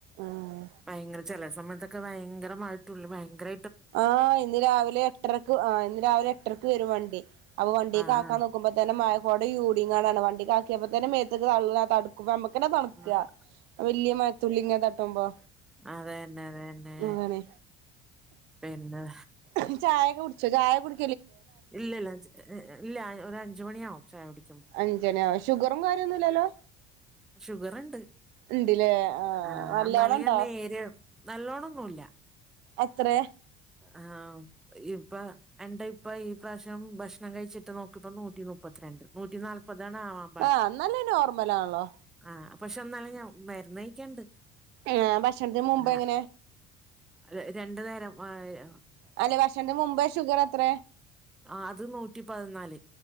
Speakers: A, on the right; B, in the centre.
A: ആഹ്
B: ഭയങ്കര ചല സമയത്തൊക്കെ ഭയങ്കരമായതുള്ളി ഭയങ്കര
A: ആഹ ഇന്ന് രാവിലെ എട്ടരക്ക് ആ ഇന്ന് രാവിലെ എട്ടരക്ക് വരും വണ്ടി അപ്പൊ വണ്ടിക്ക്
B: ആഹ്
A: ആക്കാൻ നോക്കു ആക്കുമ്പോ തന്നെ മഴ കൊടിം ചയൂടിങ്ങാണ്ടണ് വണ്ടിക്ക് ആക്കിയപ്പോ തന്നെ മേത്ത് വള്ളം തടുക്കുമ്പമ്മക്ക് ഇക്കന്നെ തണ്ക്ക
B: ആഹ്
A: വല്യ മഴത്തുള്ളിങ്ങനെ തട്ടുമ്പോ
B: അതെന്നെ അതെന്നെ
A: അതാണ്
B: ന്നെ
A: ഇജ് ചായക്കെ കുടിച്ചോ ചായ കുട്
B: ഇല്ലല്ല ഹ് ഹ് ഇല്ല ഒര അഞ്ച് മണിയാവും ചായ കുടി..
A: അഞ്ചണിവും ഷുഗറും കാര്യന്നും ല്ലല്ലോ
B: ഷുഗർണ്ട്
A: ഇണ്ട്ല്ലേ ആഹ്
B: ആ
A: നല്ലോണം
B: എന്നാലിക
A: ഇണ്ടോ
B: നേരി നല്ലോണന്നുല്ല
A: എത്ര
B: ആഹ് ഇപ്പ എന്റെ ഇപ്പ ഈ പ്രാവശ്യം ഭക്ഷണം കഴിച്ചിട്ട് നോക്കിപ്പോ നൂറ്റി നു പ്പത്തിരണ്ട് നൂറ്റി നാല്പതാണവാം
A: ആഹ് ന്നാലും നോർമലാളോ
B: ആഹ് പക്ഷെ ന്നാലും ഞാ മരുന്ന് യിക്കണ്ട്
A: ആഹ് ഭക്ഷണത്തിന് മുമ്പ്
B: ആ
A: എങ്ങനെ
B: ര രണ്ടു നേരംമഴയോ
A: അല്ലെ ഭക്ഷതിന്നു മുമ്പേ ഷുഗർ എത്ര
B: ആ അത് നൂറ്റി പതിനാല്